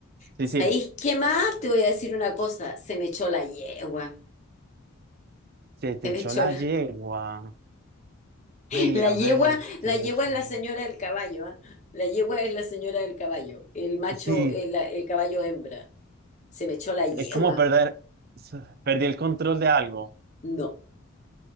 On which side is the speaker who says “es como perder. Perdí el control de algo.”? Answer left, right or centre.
Right